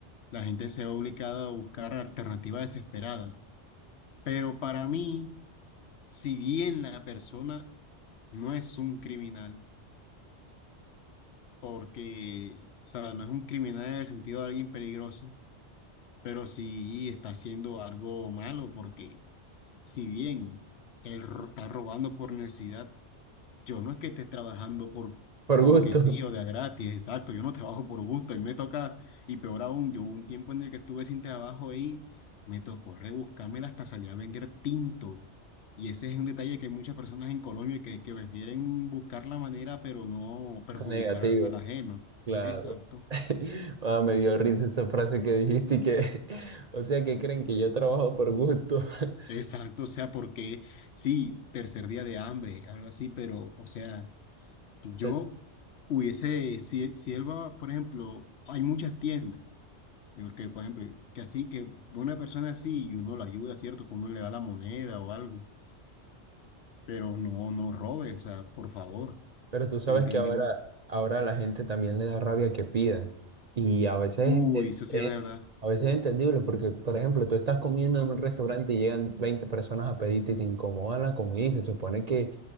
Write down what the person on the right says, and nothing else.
Por
gusto,
<laughs> negativo.
Claro.
<laughs> Ah, me dio risa esa frase que dijiste y que, <laughs> o sea, que creen que yo trabajo por gusto. <laughs>
Eh,
Pero tú sabes
que ahora, ahora a la gente también le da rabia que pidan. Y a veces,
es ente-
eh,
a veces es entendible porque, por ejemplo, tú estás comiendo en un restaurante y llegan 20 personas a pedirte y te incomodan la comida y se supone que